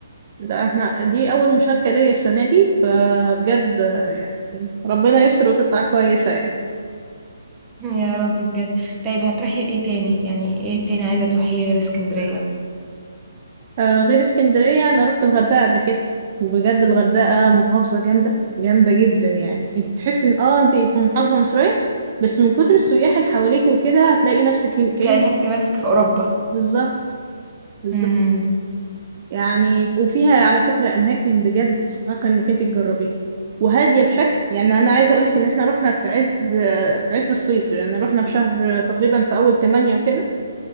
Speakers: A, on the right; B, on the right.
A: لا احنا دي اول مشاركة ليا السنة دي فبجد يعني ربنا يستر وتطلع كويسة يعني
B: يا رب بجد طيب هتروحي ايه تاني يعني ايه تاني عايزة تروحيه غير اسكندرية
A: آه غير اسكندرية أنا رحت الغردقة قبل كده بجد الغردقة محافظة جامدة جامدة جدا يعني انت تحسي ان اه انت في محافظة مصرية بس من كتر السياح اللي حواليكي وكده هتلاقي نفسك كأن كأن-
B: انت هتحسي نفسك في اوروبا
A: بالظبط بالظبط
B: امم
A: يعني وفيها على فكرة أماكن بجد تستحق إنك انت تجربيها وهادية بشكل يعني أنا عايزة أقولك إن احنا رحنا في عز في عز الصيف لأن يعني رحنا في شهر تقريبا في أول تمانية وكده